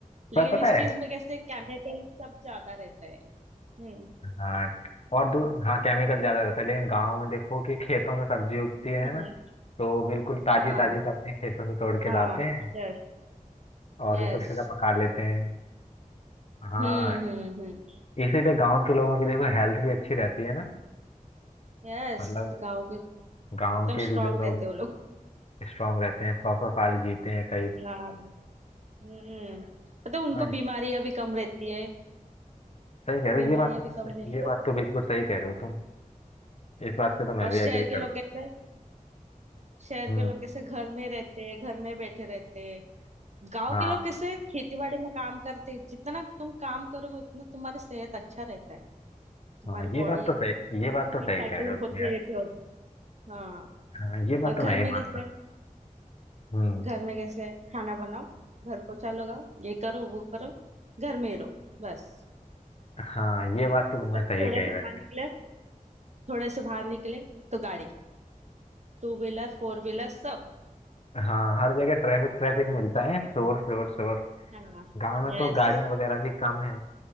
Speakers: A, on the right; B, on the left.
A: लेकिन
B: पर पता
A: इस चीज
B: है
A: में कैसे केमिकल सब ज्यादा रहता है हम्म
B: हाँ और दूर हाँ केमिकल ज्यादा रहता है लेकिन गांव में देखो कि खेतों में सब्जी उगती है
A: हम्म
B: ना तो बिल्कुल ताजी
A: हाँ
B: ताजी सब्जियां खेतों से तोड़ के
A: हाँ
B: लाते हैं
A: Yes
B: और
A: yes
B: उसे सीधा पका लेते हैं हाँ
A: हम्म हम्म हम्म
B: इसीलिए गांव के लोगों की देखो हेल्थ भी अच्छी रहती है ना
A: यस
B: मतलब
A: गाँव के एकदम
B: गांव के
A: स्ट्रांग
B: जो लोग
A: रहते हो लोग
B: स्ट्रांग रहते हैं सौ सौ साल जीते हैं कई
A: हाँ हम्म मतलब उनको
B: हाँ
A: बीमारियां भी कम रहती है
B: सही कह रहे
A: बीमारियां
B: हो ये बात तो
A: भी
B: तुम
A: कम रहती
B: ये बात
A: है
B: तो बिल्कुल सही कह रहे हो तुम इस बात से तो मैं
A: और
B: भी
A: शहर
B: एग्री करता
A: के लोग कैसे शहर
B: हूँ
A: के
B: हम्म
A: लोग कैसे घर में रहते हैं घर में बैठे रहते हैं गांव
B: हाँ
A: के लोग कैसे खेती बाड़ी में काम करते हैं। जितना तुम काम करोगे उतना तुम्हारी सेहत अच्छा रहता है तुम्हारी
B: हाँ ये
A: बॉडी
B: बात तो सही ये बात तो सही
A: साइकिल
B: कह रहे हो तुम
A: होते
B: यार
A: रहते हो हाँ
B: हाँ ये बात
A: और घर
B: तो मैं ही
A: में
B: मानता
A: कैसे
B: हूँ। हम्म
A: घर में कैसे खाना बनाओ घर पोछा लगाओ ये करो वो करो घर में ही रहो बस
B: हाँ ये बात तो तुमने
A: और
B: सही
A: थोड़ा
B: कही
A: सा
B: है
A: बाहर निकले थोड़े से बाहर निकले तो गाड़ी टू व्हीलर फोर व्हीलर सब
B: हाँ हर जगह ट्रैफिक ट्रैफिक मिलता है शोर शोर शोर
A: हाँ
B: गांव में
A: यस
B: तो गाड़ियां वगैरह भी कम है